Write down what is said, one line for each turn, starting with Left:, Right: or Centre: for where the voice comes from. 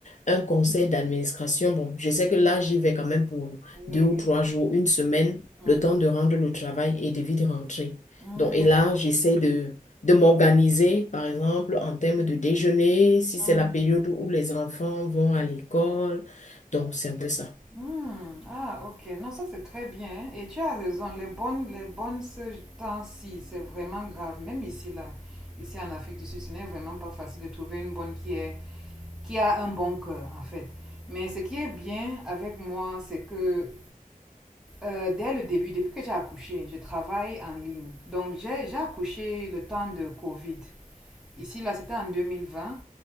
Left: un conseil d'administration. Bon, je sais que là, j'y vais quand même pour
Centre: Oui.
Left: deux ou trois jours, une semaine,
Centre: Hmm.
Left: le temps de rendre le travail et de vite rentrer.
Centre: Hmm,
Left: Donc, et là, j'essaie de, de m'organiser, par exemple, en termes de déjeuner, si
Centre: hmm,
Left: c'est la période où les enfants vont à l'école. Donc, c'est un peu ça.
Centre: hmm. Ah, ok. Non, ça c'est très bien. hein. Et tu as raison, les bonnes, les bonnes ce temps-ci, c'est vraiment grave. Même ici, là, ici en Afrique du Sud, ce n'est vraiment pas facile de trouver une bonne qui est, qui a un bon cœur, en fait. Mais ce qui est bien avec moi, c'est que Euh, dès le début, depuis que j'ai accouché, je travaille en ligne. Donc, j'ai j'ai accouché le temps de Covid. Ici, là, c'était en 2020